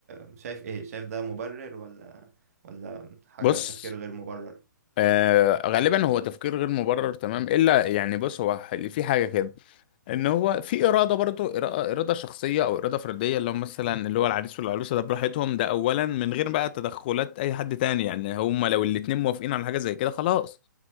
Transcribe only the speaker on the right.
آه، شايف ايه شايف ده مبرر ولا ولا حاجة
تفكير غير مبرر